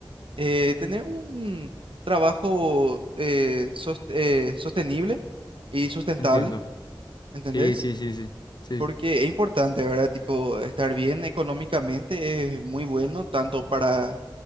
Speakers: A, on the right (about 75°); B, on the left (about 55°).
A: eh, tener un trabajo eh, sos- eh, sostenible y sustentable,
B: entiendo.
A: ¿entendés?
B: Sí, sí, sí, sí. Sí,
A: Porque es importante, ¿verdad? Tipo, estar bien económicamente es muy bueno tanto para,